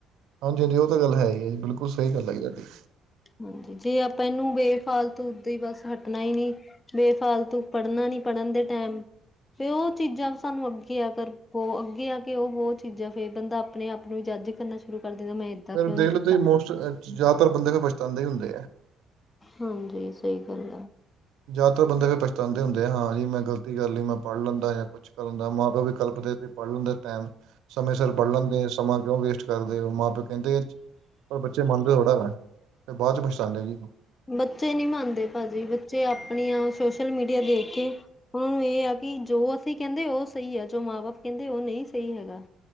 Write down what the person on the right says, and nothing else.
ਹਾਂਜੀ ਹਾਂਜੀ, ਉਹ ਤਾਂ ਗੱਲ ਹੈ ਹੀ ਹੈ ਜੀ ਬਿਲਕੁਲ ਸਹੀ ਗੱਲ ਹੈ ਜੀ ਤੁਹਾਡੀ।
ਫਿਰ
ਦੇਖ
ਲੋ ਤੁਸੀਂ ਮੋਸਟ ਜ ਜ਼ਿਆਦਾਤਰ ਬੰਦੇ ਪਛਤਾਉਂਦੇ ਹੀ ਹੁੰਦੇ ਆ।
ਜਾਯਦਾਤਰ ਬੰਦੇ ਕੋ ਪਛਤਾਉਦੇ ਹੁੰਦੇ ਆ, ਹਾਂ ਜੀ ਮੈਂ ਗਲਤੀ ਕਰ ਲਈ ਮੈਂ ਪੜ੍ਹ ਲੈਂਦਾ ਜਾਂ ਕੁ ਕੁੱਛ ਕਰਨ ਦਾ ਮਾਂ-ਪਿਓ ਵੀ ਕਲਪਦੇ ਦੇ ਪੜ ਲੈਂਦੇ ਟੈਮ ਸਮੇਂ ਸਿਰ ਪੜ੍ਹ ਲੈਂਦੇ ਸਮਾਂ ਕਿਉਂ ਵੇਸਟ ਕਰਦੇ ਹੋ ਮਾਂ ਪਿਓ ਜ਼ਿੰਦਗੀ ' ਪਰ ਬੱਚੇ ਮੰਨਦੇ ਥੋੜ੍ਹਾ ਨੇ ਹੈ ਅਤੇ ਬਾਦ 'ਚ ਪਛਤਾਉਂਦੇ ਜੀ